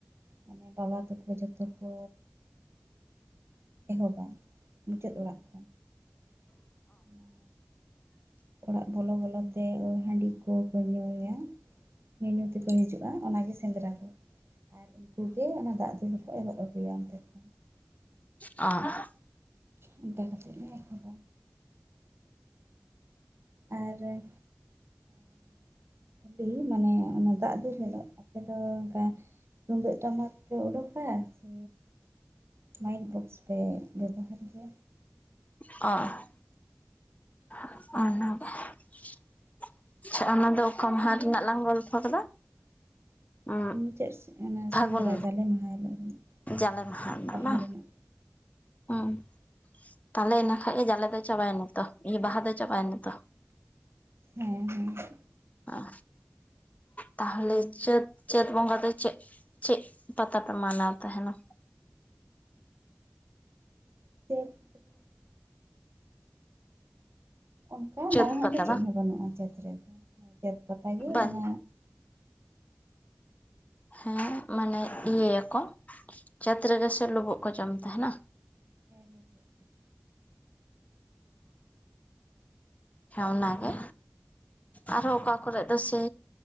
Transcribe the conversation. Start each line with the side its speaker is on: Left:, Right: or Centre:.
Right: ᱢᱟᱱᱮ ᱵᱟᱵᱟ ᱛᱟᱠᱚ ᱡᱚᱛᱚ ᱠᱚ ᱮᱦᱚᱵᱟ ᱢᱩᱪᱟᱹᱫ ᱚᱲᱟᱜ ᱠᱷᱚᱱ ᱚᱱᱟ ᱚᱲᱟᱜ ᱵᱚᱞᱚ ᱵᱚᱞᱚ ᱛᱮ ᱦᱟᱺᱰᱤ ᱠᱚᱠᱚ ᱧᱩᱭᱟ ᱧᱩᱼᱧᱩ ᱛᱮᱠᱚ ᱦᱤᱡᱩᱜᱼᱟ ᱚᱱᱟᱜᱮ ᱥᱮᱸᱫᱽᱨᱟ ᱫᱚ ᱟᱨ <unintelligible>
Left: ᱟ
Right: ᱚᱱᱠᱟ ᱠᱟᱛᱮᱫ ᱞᱮ ᱮᱦᱚᱵ-ᱟ ᱟᱨ ᱟᱨ ᱠᱷᱟᱞᱤ ᱢᱟᱱᱮ ᱚᱱᱟ ᱫᱟᱜ <unintelligible> ᱟᱯᱮ ᱫᱚ ᱚᱝᱠᱟ ᱛᱩᱢᱫᱟᱹᱜ ᱴᱟᱢᱟᱠ ᱯᱮ ᱚᱰᱩᱠᱟ ᱥᱮ ᱢᱟᱭᱤᱠ ᱵᱚᱠᱥ ᱯᱮ ᱵᱮᱵᱚᱦᱟᱨ ᱜᱮᱭᱟ
Left: <unintelligible> <inaudible> ᱟᱪᱪᱷᱟ ᱚᱱᱟ ᱫᱚ ᱚᱠᱟ ᱢᱟᱦᱟ ᱨᱮᱱᱟᱜ ᱞᱟᱝ ᱜᱚᱞᱯᱷᱚ ᱠᱮᱫᱟ ᱩᱸ
Right: ᱢᱩᱪᱟᱹᱫ ᱥᱮᱫ ᱚᱱᱟ
Left: ᱯᱷᱟᱹᱜᱩᱱ
Right: ᱥᱮᱸᱫᱽᱨᱟ ᱡᱟᱞᱮ ᱢᱟᱦᱟ ᱦᱤᱞᱚᱜ
Left: ᱡᱟᱞᱮ
Right: ᱦᱳᱭ
Left: ᱢᱟᱦᱟ
Right: ᱵᱟᱦᱟ
Left: ᱵᱟᱝ?
Right: ᱨᱮᱱᱟᱜ
Left: <unintelligible> ᱛᱟᱦᱞᱮ ᱤᱱᱟ ᱠᱷᱟᱡ ᱜᱮ ᱡᱟᱞᱮ ᱫᱚ ᱪᱟᱵᱟᱭᱮᱱᱟ ᱛᱚ ᱤᱭᱟᱹ ᱵᱟᱦᱟ ᱫᱚ ᱪᱟᱵᱟᱭᱮᱱᱟ ᱛᱚ
Right: ᱦᱮᱸ ᱦᱮᱸ
Left: ᱚ ᱛᱟᱦᱚᱞᱮ ᱪᱟᱹᱛ ᱪᱟᱹᱛ ᱵᱚᱸᱜᱟ ᱫᱚ ᱪᱮᱫ ᱪᱮᱫ ᱯᱟᱛᱟ ᱯᱮ ᱢᱟᱱᱟᱣ ᱛᱟᱦᱮᱸᱱᱟ
Right: ᱪᱮᱫ ᱚᱱᱠᱟ
Left: ᱪᱟᱹᱛ
Right: ᱢᱟᱨᱟᱝᱟᱜ
Left: ᱯᱟᱛᱟ
Right: ᱫᱚ ᱪᱮᱫ
Left: ᱵᱟᱝ?
Right: ᱦᱚᱸ ᱵᱟᱹᱱᱩᱜ-ᱟ ᱪᱟᱹᱛᱛ ᱨᱮᱫᱚ ᱪᱟᱹᱛ ᱯᱟᱛᱟ ᱜᱮ
Left: ᱵᱟᱝ
Right: ᱚᱱᱟ
Left: ᱦᱮᱸ ᱢᱟᱱᱮ ᱤᱭᱟᱹᱭᱟᱠᱚ ᱪᱟᱹᱛ ᱨᱮ ᱜᱮ ᱥᱮ ᱞᱩᱵᱩᱜ ᱠᱚ ᱡᱚᱢ ᱛᱟᱦᱮᱸᱱᱟ
Right: <unintelligible>
Left: ᱦᱮᱸ ᱚᱱᱟ ᱜᱮ ᱟᱨ ᱦᱚᱸ ᱚᱠᱟ ᱠᱚᱨᱮ ᱫᱚ ᱥᱮ